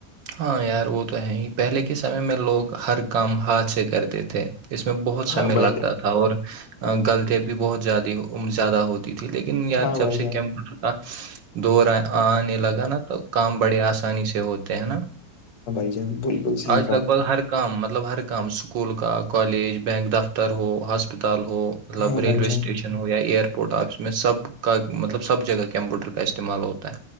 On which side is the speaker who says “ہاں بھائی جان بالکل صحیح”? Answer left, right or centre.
Left